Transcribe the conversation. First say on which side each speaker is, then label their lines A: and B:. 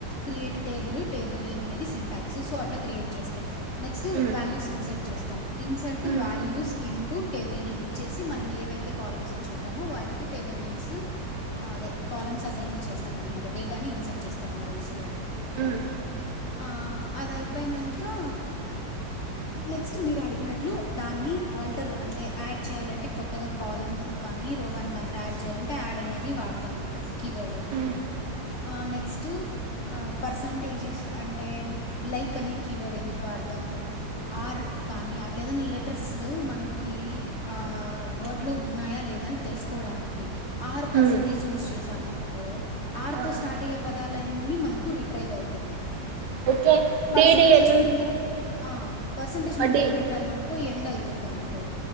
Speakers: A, on the left; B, on the right.
A: క్రియేట్ టేబుల్ టేబుల్ నేమ్ అనేది సింటాక్స్ సో అట్లా క్రియేట్ చేస్తాం నెక్స్ట్
B: ఉమ్
A: వాల్యూస్ ఇన్సర్ట్ చేస్తాం ఇన్సర్ట్
B: ఉమ్
A: వాల్యూస్ ఇంటూ టేబుల్ నేమ్ ఇచ్చేసి మనం ఏవైతే కాలమ్స్ ఇచ్చుంటామో వాటికి టేబుల్ నేమ్స్ ఆ అదే కాలమ్స్ అజైన్ని చేస్తాం అనమాట డేటాని ఇన్సెర్ట్ చేస్తాం ఆ రోస్లో
B: ఉమ్
A: ఆ అదైపోయినంకా నెక్స్ట్ మీరు ఆడిగినట్లు దాన్ని ఆల్టర్ అంటే యడ్ చేయాలంటే కొత్తగా కాలం కానీ రోగాన్ని దాంట్లో యాడ్ చేయాలం టే యడ్ అనేది వాడతాము కీవర్డ్
B: ఉ
A: ఆ నెక్స్ట్ అ పర్సంటేజెస్ అంటే లైక్ అనే కీవర్డ్ ఎందుకు వాడతాము ఆర్ కానీ అట్లేదైనా లెటర్స్ మనకి ఆ వర్డ్ లో ఉన్నాయా లేదా అని తెల్సుకోడానికి ఆర్ పర్సంటేజ్
B: ఉమ్
A: యూస్ చేసామనుకో ఆర్తో
B: అవును
A: స్టార్ట్ అయ్యే పదాలన్నీ మనకు రిట్రైవ్ అయతది
B: ఓకే
A: పర్సంటేజ్
B: డిడిఎల్
A: ముందర ఆ పర్సంటేజ్ ముందర
B: డి
A: పెట్టామనుకో ఎండ్ అయితది దాంతో